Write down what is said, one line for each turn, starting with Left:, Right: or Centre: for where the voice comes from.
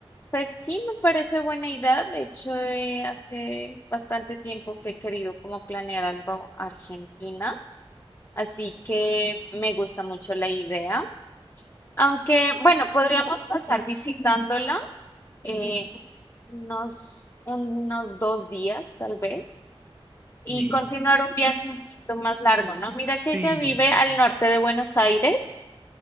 Left: Pues sí, me parece buena idea. De hecho, eh, hace bastante tiempo que he querido como planear algo Argentina, así que me gusta mucho la idea. Aunque, bueno, podríamos pasar visitándola eh, unos, unos dos días, tal vez, y
Right: Sí.
Left: continuar un viaje un poquito más largo, ¿no? Mira que
Right: Sí,
Left: ella vive
Right: sí,
Left: al
Right: sí.
Left: norte de Buenos Aires.